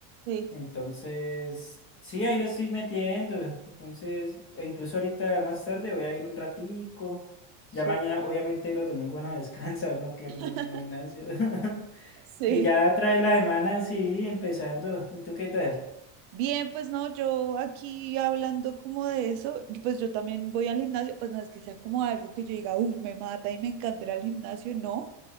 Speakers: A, on the right; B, on the left.
A: sí.
B: Entonces, sí, ahí lo estoy metiendo. Entonces, o incluso ahorita más tarde voy a ir un ratico.
A: Su-
B: Ya mañana, obviamente, los domingos no <laughs> descansa, uno quiere
A: <laughs>
B: un domingo de gimnasio. <laughs>
A: Sí.
B: Y ya trae la semana, sí, empezando. ¿Y tú qué tal?
A: Bien, pues no, yo aquí hablando como de eso, y pues yo también voy al gimnasio, pues no es que sea como algo que yo diga, uff, me mata y me encantará el gimnasio, no,